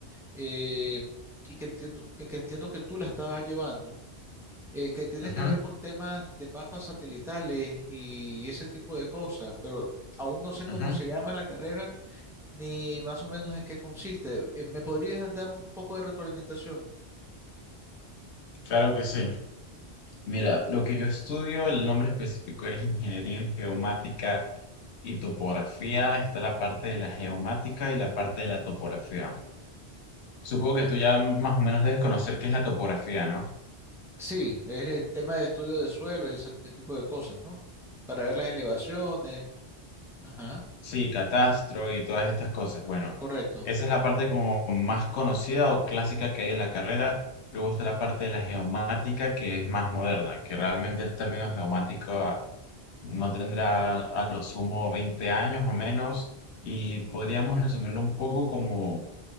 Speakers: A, in the centre; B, on the left.
A: eh, y que entiendo que, que entiendo que tú la estabas llevando, eh, que tiene
B: ujú,
A: que ver con temas de mapas satelitales y ese tipo de cosas, pero aún no sé cómo
B: ujú,
A: se llama la carrera ni más o menos en qué consiste. Eh, ¿Me podrías dar un poco de retroalimentación?
B: Claro que sí. Mira, lo que yo estudio, el nombre específico es Ingeniería en Geomática y Topografía. Está la parte de la geomática y la parte de la topografía. Supongo
A: Ya.
B: que tú ya más o menos debes conocer qué es la topografía, ¿no?
A: Sí, es el tema de estudio de suelos y ese t- tipo de cosas, ¿no? Para ver las elevaciones. Ajá,
B: Sí, Catastro y todas estas cosas. Bueno,
A: correcto.
B: esa es la parte como más conocida o clásica que hay en la carrera. Luego está la parte de la geomática, que es más moderna, que realmente el término geomática no tendrá a lo sumo 20 años o menos. Y podríamos resumirlo un poco como